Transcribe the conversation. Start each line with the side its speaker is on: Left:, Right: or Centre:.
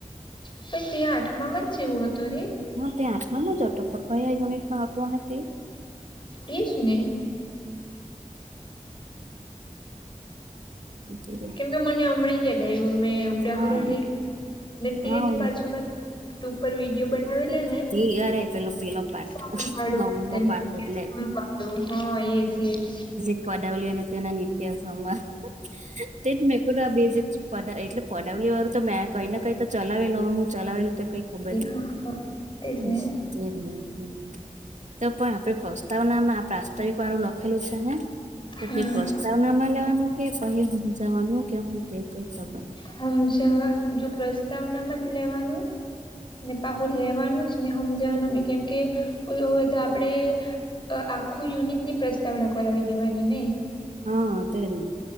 Left: પછી ત્યા આઠમાં જ જેવું હતું રે.
Right: હ ત્યાં આઠમા જ હતું કયા યુનિટ માં આવતું અહે તે
Left: તેજને
Right: એટલે
Left: કે મને હમણાં યાદ આવીયુ મે ઉદાહરણ
Right: હા
Left: લઈ લ ને તે
Right: હા
Left: જ પાછું મેં યુટ્યુબ પર વિડીયો બનાવેલા ને
Right: તે અરે પેલો પેલો પાઠ
Left: સાંભાળું
Right: નવમો
Left: સાભળું
Right: પાઠ એટલે
Left: હા એજ એજ
Right: પડબલ્યુ એ તેના નિત્ય સમર તે મેં બેઝિક પ એટલે પડાવલી વાળું તો મેં કઈને કઈ તો ચલાવેલ હું ચલાવેલું તો કઈ ખબર
Left: એજ
Right: નહી
Left: હા હા તેજ
Right: હ.
Left: ને
Right: હ તો પણ આપણે પ્રસ્તાવનામાં પ્રસ્તાવિક રું લખેલું છે હ તો
Left: હમ
Right: તે પ્રસ્તાવનામા લેવાનું કે પછ હમજાવાનુ. કેમુંતે કઈ કરવાનું
Left: હમ છે જો પ્રસ્તાવનામાં જ લેવાનું. અને પહુ લેવાનું જ ને સમજવાનું બી કેમ કે હોય તો આપડે અ આખું યુનિટની પ્રસ્તાવના કરાવી દેવાની ને
Right: હા તેને